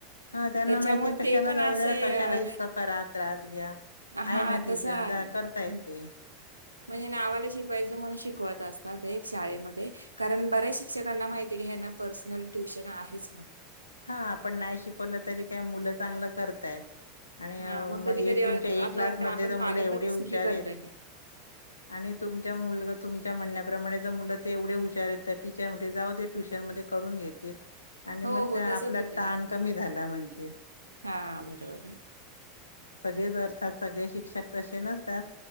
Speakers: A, on the left (about 80°); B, on the right (about 85°).
A: हा त्यांना
B: त्याच्यामुळे
A: माहितीय कशाला
B: ते पण
A: जाऊ
B: असे
A: दे ना कशाला
B: अ
A: इतकं करा त्रास घ्या
B: हा
A: आहे ना ट्युशन
B: तसं आहे.
A: जा
B: हं.
A: करता येत ते
B: म्हणजे नावाला शिकवायचं म्हणून शिकवत असतात एक शाळेमध्ये कारण बऱ्याच शिक्षकांना माहिती घ्या पर्सनल ट्युशन आहे म्हणून
A: हा आपण नाही शिकवलं तरी काही मुलं चांगलं करतायत आणि
B: हा
A: मग
B: कधी कधी असं
A: तुमच्या ए क्लास
B: वाटतं
A: मधले
B: आपण
A: तर
B: पालकच
A: मुलं एवढे हुशार
B: चुकी करतोय
A: आहेत
B: काय?
A: आणि तुमच्या मुलग तुमच्या म्हणण्याप्रमाणे ज मुलं ते एवढे हुशार आहेत तर टीचर म्हणते, जाऊ ते ट्युशन मध्ये करून घेतील आणि
B: हो
A: मग
B: हो.
A: त्या
B: तसंच
A: आपला
B: होतंय
A: ताण
B: मॅडम.
A: कमी झाला म्हणतील
B: हा बरोबर आहे.
A: सगळेच अर्थात सगळे शिक्षक तसे नसतात.